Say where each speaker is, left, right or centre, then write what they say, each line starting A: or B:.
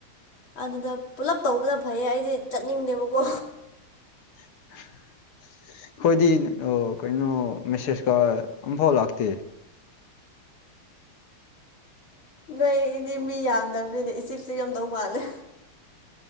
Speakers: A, on the left; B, on the left.
A: ꯑꯗꯨꯗ ꯄꯨꯂꯞ ꯇꯧꯕꯗ ꯐꯩꯌꯦ ꯑꯩꯗꯤ ꯆꯠꯅꯤꯡꯗꯦꯕꯀꯣ
B: <unintelligible> ꯑꯩꯈꯣꯏꯗꯤ ꯑꯣ ꯀꯩꯅꯣ ꯃꯦꯁꯦꯁꯀ ꯑꯝꯐꯥꯎ ꯂꯥꯛꯇꯦ
A: ꯅꯣꯏꯗꯤ ꯃꯤ ꯌꯥꯝꯗꯕꯅꯤꯅꯦ ꯏꯆꯤꯛꯁꯨ ꯌꯥꯝꯗꯧ ꯃꯥꯜꯂꯦ